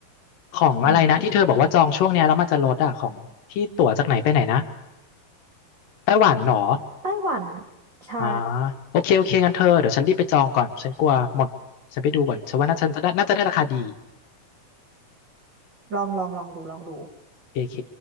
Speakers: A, on the left (about 75°); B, on the right (about 45°).
A: ของอะไรนะที่เธอบอกว่าจองช่วงเนี้ยแล้วมันจะลดอ่ะของที่ตั๋วจากไหนไปไหนนะ
B: อืม
A: ไต้หวันเหรอ
B: ไต้หวันใช่
A: อ๋อโอเคโอเคงั้นเธอเดี๋ยวฉันรีบไปจองก่อนฉันกลัวหมดฉันไปดูก่อนฉันว่าน่าจะน่าจะได้ราคาดี
B: ลองลองลองดูลองดู
A: โอเค